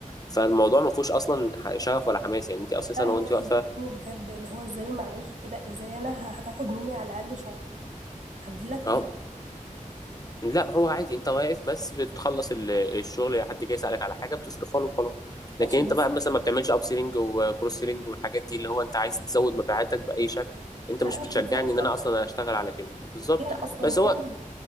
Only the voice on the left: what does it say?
فالموضوع ما فيهوش اصلا ح- شغف ولا حماس يعني انت اساسا
وانت
واقفه
اهو
لا هو عادي انت واقف بس بتخلص ال- الشغل حد جاي يسألك على حاجة بتصرفها له وخلاص
لكن انت
بقى مثلا ما بتعملش اب سيلينج وكروس سيلينج والحاجات دي اللي هو انت عايز تزود مبيعاتك بأي شكل انت
مش
بتشجعني
ان
انا اصلا اشتغل على كده بالظبط
بس
هو